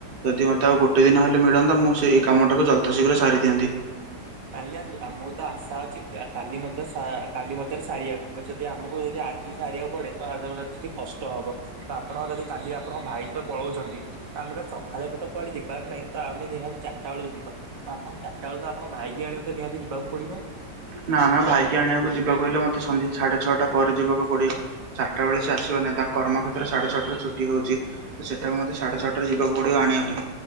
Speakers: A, on the right; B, on the right.
A: ଯଦି ମୋତେ ଆଉ ଗୋଟେ ଦିନ ହେଲେ ମିଳନ୍ତା ମୁଁ ସେଇ କାମଟାକୁ ଯଥା ଶୀଘ୍ର ସାରି ଦିଅନ୍ତି।
B: ଆଜ୍ଞା ମୋର ତ ଆଶା ଅଛି କାଲି ମଧ୍ୟ ସା କାଲି ମଧ୍ୟରେ ସାରିବାକୁ ଯଦି ଆମକୁ ଯଦି ଆଜି ସାରିବାକୁ ପଡେ ତ <unintelligible> କଷ୍ଟ ହବ। ତ ଆପଣ ଯଦି କାଲି ଆପଣଙ୍କ ଭାଇ ତ ପଳଉଛନ୍ତି। ଆମକୁ ତ ସଖାଳେ ତ କୁଆଡେ ଯିବାର ନାହିଁ ତ ଆମେ ନିହାତି ଚାରଟା ବେଳକୁ ଯିବା ତ ଆପଣ ଚାରଟା ବେଳକୁ ତ ଆପଣଙ୍କ ଭାଇ କିଏ ଆଣିବାକୁ ତ ନିହାତି ଯିବାକୁ ପଡିବ।
A: ନା ନା ଭାଇକି ଆଣିବାକୁ ଯିବାକୁ ହେଲେ ମତେ ସଂନ୍ଧ୍ୟା ସାଢେ ଛଅଟା ପରେ ଯିବାକୁ ପଡିବ। ଚାରିଟା ବେଳେ ସେ ଆସିବ ନାହିଁ ତାଙ୍କ କର୍ମକ୍ଷେତ୍ର ସାଢେ ଛଅଟା ରେ ଛୁଟି ହଉଛି। ତ ସେତାକୁ ମୋତେ ସାଢେ ଛଅଟା ରେ ଯିବାକୁ ପଡିବ ଆଣିବା ପାଇଁ